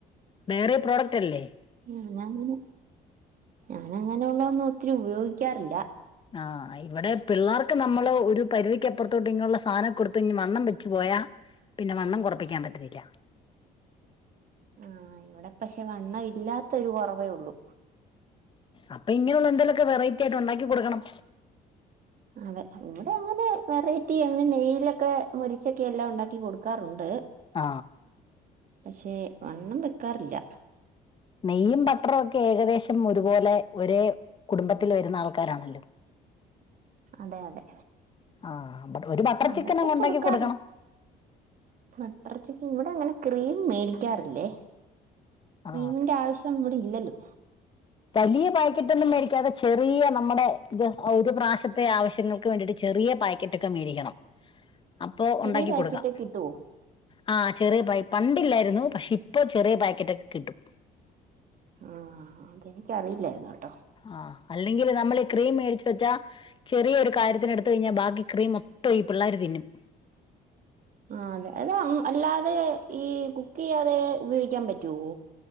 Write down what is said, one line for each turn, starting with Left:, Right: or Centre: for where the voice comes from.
Left: ഡയറി പ്രോഡക്റ്റ് അല്ലേ
Right: എന്നാ അങ്ങനെ ഞാൻ അങ്ങനെയുള്ള ഒന്നും ഒത്തിരി ഉപയോഗിക്കാറില്ല
Left: ആ ഇവിടെ പിള്ളേർക്ക് നമ്മള് ഒരു പരിധിക്ക് അപ്പുറത്തോട്ട് ഇങ്ങനുള്ള സാധനം കൊടുത്തു വണ്ണം വെച്ചു പോയാ പിന്നെ വണ്ണം കുറപ്പിക്കാൻ പറ്റത്തില്ല
Right: ആ ഇവിടെ പക്ഷെ വണ്ണം ഇല്ലാത്തൊരു കുറവേയുള്ളൂ
Left: അപ്പൊ ഇങ്ങനെയുള്ള എന്തെേലുമൊക്കെ വെറൈറ്റി ആയിട്ട് ഉണ്ടാക്കി കൊടുക്കണം
Right: അതെ ഇവിടെ അങ്ങനെ വെറൈറ്റി എന്നും നെയ്യ് ഇതിലൊക്കെ മൊരിച്ചൊക്കെ എല്ലാം ഉണ്ടാക്കി കൊടുക്കാറുണ്ട്.
Left: ആ
Right: പക്ഷെ വണ്ണം വെക്കാറില്ല
Left: നെയ്യും ബട്ടറുമൊക്കെ ഏകദേശം ഒരുപോലെ ഒരേ കുടുംബത്തിൽ വരുന്ന ആൾക്കാരാണല്ലോ
Right: അതെയതെ
Left: ആഹ് ബ ഒരു ബട്ടർ
Right: അതൊക്കെ
Left: ചിക്കൻ അങ്ങ്
Right: കൊടുക്കാറ്
Left: ഉണ്ടാക്കി കൊടുക്കണം
Right: അത്രക്കക്ക ഇവിടെ അങ്ങനെ ക്രീം മേടിക്കാറില്ലേ ക്രീമിന്റെ
Left: ആ
Right: ആവശ്യം ഇവിടെ ഇല്ലല്ലോ
Left: വലിയ പാക്കറ്റ് ഒന്നും മേടിക്കാതെ ചെ ചെറിയ നമ്മുടെ ഒരു പ്രാവിശ്യത്തെ ആവശ്യങ്ങൾക്ക് വേണ്ടിട്ട് ചെറിയ പാക്കറ്റൊക്കെ മേടിക്കണം അപ്പോ
Right: ചെറിയ
Left: ഉണ്ടാക്കി
Right: പാക്കറ്റ്
Left: കൊടുക്കാം
Right: കിട്ടുവോ
Left: ആ ചെറിയ പൈപ്പ് പണ്ടില്ലായിരുന്നു പക്ഷെ ഇപ്പൊ ചെറിയ പാക്കറ്റൊക്കെ കിട്ടും
Right: ആ അത് എനിക്കറിയില്ലായിരുന്നു കേട്ടോ
Left: ആ അല്ലെങ്കിൽ നമ്മൾ ഈ ക്രീം മേടിച്ച വെച്ചാ ചെറിയ ഒരു കാര്യത്തിന് എടുത്ത് കഴിഞ്ഞാൽ ബാക്കി ക്രീം മൊത്തം ഈ പിള്ളേർ തിന്നും
Right: ആ അത് അല്ലാതെ അതെ ഈ കുക്ക് ചെയ്യാതെ ഉപയോഗിക്കാൻ പറ്റുവോ